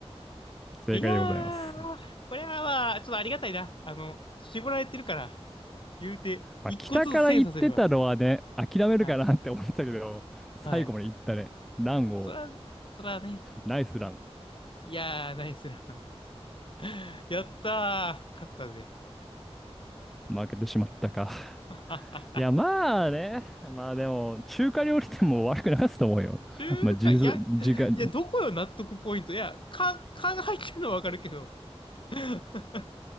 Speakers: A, in the centre; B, on the left.
A: 正解でございます。
B: いやー、これはまあ、ちょっとありがたいな。あの、絞られてるから、言うて、
A: まあ、
B: 一個ずつ精査すれば。
A: 北から行ってたのはね、諦めるかなって思ったけど、
B: はい。
A: 最後まで行ったね。
B: はい。
A: ランを、
B: そら、そらね。
A: ナイスラン。
B: いやー、ナイスラン。<laughs> やったー、勝ったぜ。
A: 負けてしまったか。
B: <laughs>
A: いや、まあね。まあでも、中華料理店も悪くなかったと思うよ。
B: 中華、
A: まあ、じ、
B: いや、
A: じが、
B: いや、どこよ、納得ポイント。いや、か、かが入ってるのはわかるけど。<laughs>